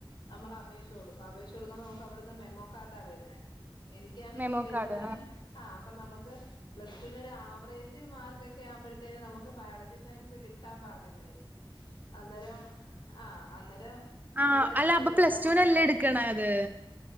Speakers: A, on the left; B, on the right.
A: നമ്മൾ അപേക്ഷ കൊടുക്കും അപേക്ഷ കൊടുക്കുമ്പോ നമുക്ക് അവിടുന്ന് മെമോ കാർഡാ വരുന്നേ എനിക്കാണെങ്കി
B: മെമോ
A: വെര്ന്നാ
B: കാർഡ്
A: ആഹ് അപ്പൊ നമ്മുക്ക് പ്ലസ് ടുവിന് ഒരു ആവറേജ് മാർക്ക് ഒക്കെ ആവുമ്പോഴത്തേനും നമുക്ക് ബയോളജി സയൻസ് കിട്ടാൻ പാടല്ലേ അന്നേരം ആഹ് അന്നേരം
B: ആഹ്
A: വേറെ
B: അല്ല
A: സ്കൂ
B: അപ്പൊ പ്ലസ്
A: നമ്മ്ക്ക്
B: ടുവിനല്ലേ
A: ഹയർ
B: എടുക്കണത്?
A: സെക്കൻഡറി